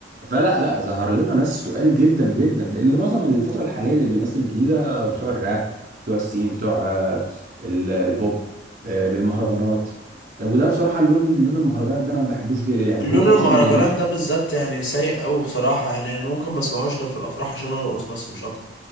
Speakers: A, on the right (about 50°); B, on the left (about 75°).
A: فلا لا ظهر لنا ناس تقال جدا جدا اللي معظم الفترة الحالية اللي بيمثل الجديدة بتوع الراب بتوع السين بتوع آه، ال- البوب آه، بالمهرجانات آه، وده بصراحة اللون لون المهرجانات ده انا ما بحبوش جدا يعني
B: لون
A: هو
B: المهرجانات
A: اصلا اللي ماشي
B: ده بالذات يعني سيء قوي بصراحة يعني انا ممكن ما اسمعوش غير في الافراح عشان ارقص بس مش اكتر